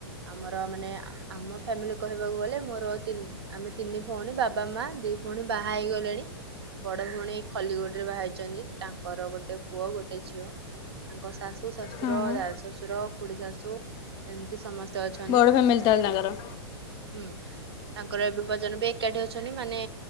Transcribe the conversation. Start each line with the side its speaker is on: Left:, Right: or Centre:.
Right: ଆମର ମାନେ ଆମ ଫ୍ୟାମିଲି କହିବାକୁ ଗଲେ ମୋର ତିନି ଆମେ ତିନି ଭଉଣୀ, ବାବା ମା ଦି ଭଉଣୀ ବାହା ହେଇଗଲେଣି। ବଡ ଭଉଣୀ ଏଇ ଖଲିକୋଟ ରେ ବାହା ହେଇଚି। ଅଛନ୍ତି, ତାଙ୍କର ଗୋଟେ ପୁଅ ଗୋଟେ ଝିଅ ତାଙ୍କ ଶାଶୁ, ଶଶୁର,
Left: ହୁଁ ହୁଁ
Right: ଦାଦା ଶ୍ୱଶୁର, ଖୁଡିୀ ଶାଶୁ ଏମିତି ସମସ୍ତେ ଅଛନ୍ତି
Left: ବଡ଼ ଫୋମିଲି
Right: ବାକି
Left: ତାହେଲେ ତାଙ୍କର।
Right: ହୁଁ, ତାଙ୍କର ଏବେ ପର୍ଯ୍ୟନ୍ତ ବି ଏକାଠି ଅଛନ୍ତି। ମାନେ